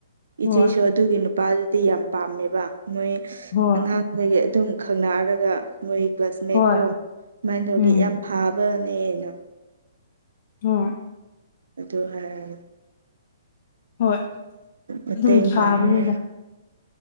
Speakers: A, on the left (about 55°); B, on the right (about 80°).
A: ꯍꯣꯏ
B: ꯏꯆꯦꯁꯨ ꯑꯗꯨꯒꯤ ꯅꯨꯄꯥꯗꯨꯗꯤ ꯌꯥꯝ ꯄꯥꯝꯃꯦꯕ ꯃꯣꯏ
A: ꯍꯣꯏ
B: ꯑꯉꯥꯡꯗꯒꯤ ꯑꯗꯨꯝ ꯈꯪꯅꯔꯒ ꯃꯣꯏ ꯀ꯭ꯂꯥꯁꯃꯦꯠ
A: ꯍꯣꯏ
B: ꯀꯣ ꯁꯨꯃꯥꯏꯅ ꯇꯧꯒꯦ
A: ꯎꯝ
B: ꯌꯥꯝ ꯐꯥꯕꯅꯦꯅ
A: ꯑꯝ
B: ꯑꯗꯨ ꯍꯥꯏ
A: ꯍꯣꯏ
B: ꯃꯇꯦꯡ
A: ꯑꯗꯨꯝ ꯊꯥꯕꯅꯤꯗ
B: ꯄꯥꯡꯉꯦ